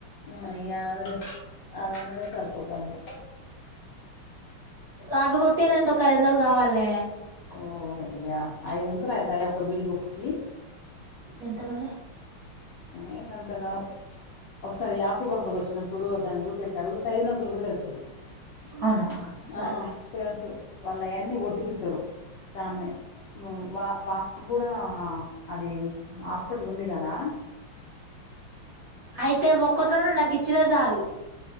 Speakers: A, on the left (about 75°); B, on the right (about 60°).
A: ఆ ఈ ఆనుడే అదనుడే సరిపోతంది.
B: ఆవి కొట్టియ్యలాంటె ఒక ఐదు వందలు కావాలనే.
A: ఓ అయ్యా ఐదు వందలు అయితయే ఒక బిల్ బుక్‌ కి
B: ఎంత మారే
A: ఏ గంత గావు ఒకసారి యాకోబ్ అంకుల్ వచ్చినప్ప ఇప్పుడు దాన్ని చూపెట్టి అడుగు సైదులు అంకుల్ కి కూడా తెలుసు తేదీ
B: అవునా సరే
A: ఆ తెలుసు వాళ్ల అయ్యి అన్నీ ఒట్టిపిత్తురు చానె వా వాళ్ల గూడా అది హాస్పిటల్ ఉందిగదా
B: అయితే ఒక్కటి రెండు నాకిచ్చిన జాలు